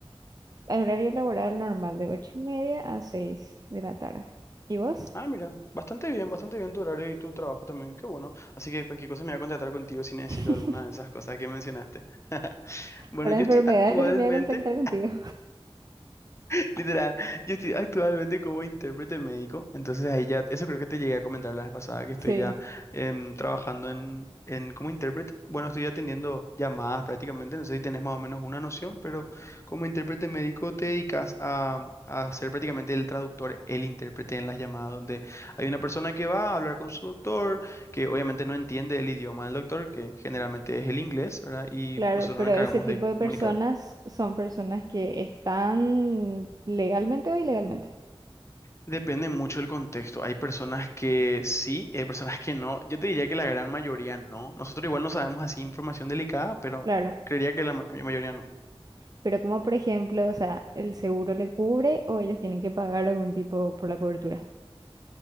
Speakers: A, on the right (about 40°); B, on the left (about 25°).
A: el Horario laboral normal de ocho y media a 6 de la tarde. ¿Y vos?
B: Ah, mira, bastante bien, bastante bien tu horario y tu trabajo también, qué bueno. Así que cualquier cosa me voy a contactar contigo si necesito
A: <laughs>
B: alguna de esas cosas que mencionaste. Bueno,
A: Para
B: yo
A: enfermedades
B: estoy actualmente
A: lo que me voy a contactar contigo.
B: <laughs> Literal, yo estoy actualmente como intérprete médico, entonces ahí ya, eso creo que te llegué a comentar la vez pasada, que estoy
A: Sí.
B: ya em, trabajando en, en como intérprete. Bueno, estoy atendiendo llamadas prácticamente, no sé si tenés más o menos una noción, pero como intérprete médico te dedicas a, a ser prácticamente el traductor, el intérprete en las llamadas, donde hay una persona que va a hablar con su doctor, que obviamente no entiende el idioma del doctor, que generalmente es el inglés, ¿verdad? Y
A: Claro,
B: nosotros
A: pero
B: nos encargamos
A: ese tipo
B: de
A: de personas
B: comunicar.
A: son personas que están legalmente o ilegalmente,
B: Depende mucho del contexto. Hay personas que sí, hay personas que no. Yo te diría que la gran mayoría no. Nosotros igual no sabemos así información delicada, pero
A: claro.
B: creería que la ma- mayoría no.
A: Pero como por ejemplo, o sea, el seguro le cubre o ellos tienen que pagar algún tipo por la cobertura.